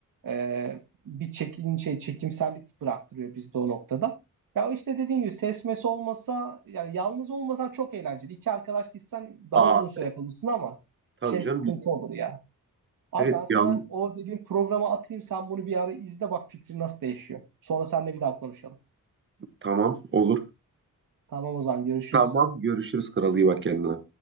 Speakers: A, on the right; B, on the right.
A: Ee, bir çekin şey çekimsellik bıraktırıyor bizde o noktada. Ya işte dediğim gibi ses mes olmasa yani yalnız olmasan çok eğlenceli. İki arkadaş gitsen daha
B: Aa
A: uzun süre kalırsın ama
B: tabii
A: şey
B: canım.
A: sıkıntı olur ya. Abi
B: Evet
A: ben sana
B: yan
A: o dediğim programı atayım. Sen bunu bir ara izle bak fikrin nasıl değişiyor. Sonra seninle bir daha konuşalım.
B: tamam olur.
A: Tamam o zaman görüşürüz.
B: Tamam görüşürüz kral iyi bak kendine.